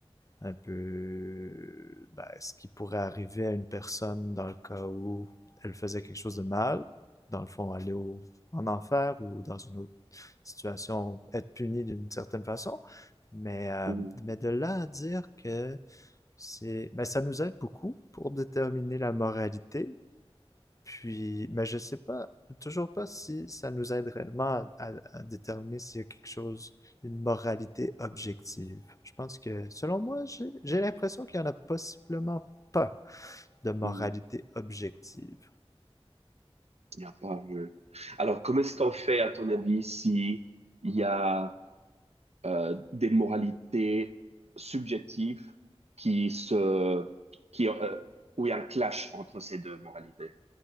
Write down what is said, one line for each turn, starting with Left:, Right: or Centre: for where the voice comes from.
Left: un peu ben, ce qui pourrait arriver à une personne dans le cas où elle faisait quelque chose de mal, dans le fond aller au, en enfer ou dans une autre situation, être puni d'une certaine façon. Mais, euh,
Right: Mm,
Left: mais de là à dire que c'est, ben, ça nous aide beaucoup pour déterminer la moralité, puis, mais je sais pas, toujours pas si ça nous aide réellement à, à- à déterminer s'il y a quelque chose, une moralité objective. Je pense que, selon moi, j'ai, j'ai l'impression qu'il y en a possiblement pas de moralité
Right: mm,
Left: objective.
Right: Il y a pas. euh, Alors, comment est-ce qu'on fait, à ton avis, si il y a euh, des moralités subjectives qui se, qui, euh, où il y a un clash entre ces deux moralités.